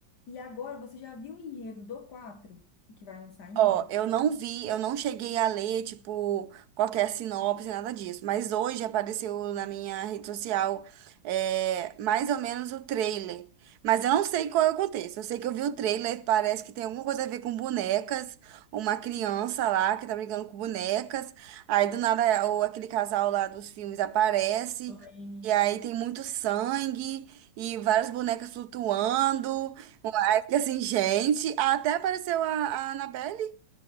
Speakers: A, on the left; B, on the right.
A: E agora, você já viu o enredo do 4 que vai lançar ainda?
B: Ó, eu não vi, eu não cheguei a ler, tipo, qualquer sinopse, nada disso. Mas hoje apareceu na minha rede social, é, mais ou menos o trailer. Mas eu não sei qual é o contexto. Eu sei que eu vi o trailer, parece que tem alguma coisa a ver com bonecas, uma criança lá que tá brincando com bonecas. Aí do nada, é, ou aquele casal lá dos filmes aparece.
A: Lorraine.
B: E aí tem muito sangue e várias bonecas flutuando. Aí fica assim, gente. Até apareceu a, a Annabelle.